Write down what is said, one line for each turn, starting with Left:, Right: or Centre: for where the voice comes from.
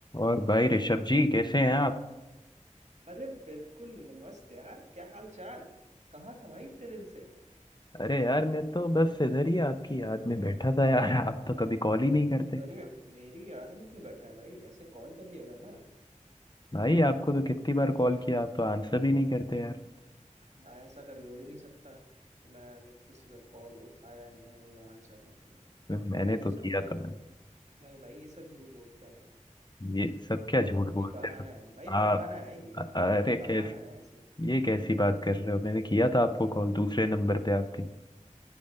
Left: और भाई ऋषभ जी कैसे हैं आप
Right: अरे बिल्कुल नमस्ते यार क्या हाल चाल कहाँ था भाई इतने दिन से
Left: अरे यार मैं तो बस इधर ही आपकी याद में बैठा था यार <laughs> आप तो कभी कॉल ही नहीं करते
Right: अरे मेरी याद में क्यों बैठा है भाई ऐसे कॉल कर लिया करना
Left: भाई आपको तो कितनी बार कॉल किया आप तो आंसर भी नहीं करते यार
Right: ना ऐसा कभी हो ही नहीं सकता कि मैंने किसी का कॉल उठाया ना हो या आंसर ना हो
Left: तो मैंने
Right: ये
Left: तो
Right: सब
Left: किया
Right: तो
Left: था ना
Right: नहीं भाई ये सब झूठ बोलते हैं
Left: ये सब क्या झूठ
Right: तो
Left: बोलते
Right: ये बहाना
Left: हो
Right: है भाई बहाना
Left: आप
Right: है ये
Left: अ- अरे
Right: ये बहाना
Left: कैस
Right: है ऐसे
Left: ये कैसी बात कर रहे हो मैंने किया था आपको कॉल दूसरे नंबर पे आपके